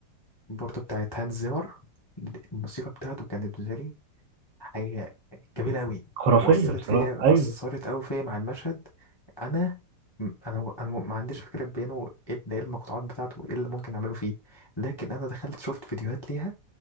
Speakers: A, on the left; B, on the right.
A: برضه بتاعت هانز زيمر الموسيقى بتاعته كانت بالنسبة لي حاجة جميلة أوي
B: خرافية
A: وأثرت
B: بصراحة
A: فيا
B: ايوه
A: أثرت أوي فيا مع المشهد أنا أنا أنا ما عنديش فكرة بينه إيه ده إيه المقطوعات بتاعته إيه اللي ممكن أعمله فيه لكن أنا دخلت شفت فيديوهات ليها